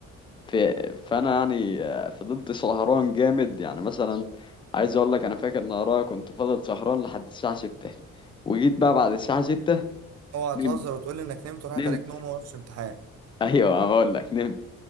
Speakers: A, on the left (about 15°); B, on the right (about 55°).
A: في فانا يعني آه، فضلت سهران جامد يعني مثلا عايز اقول لك انا فاكر ان ورايا كنت فضل سهران لحد الساعه 6 وجيت بقى بعد الساعه 6
B: اوعى
A: نمت
B: تهزر وتقول لي انك نمت وراحت
A: نمت
B: عليك نوم وما وقفتش امتحان
A: <laughs> ايوه هقول لك نمت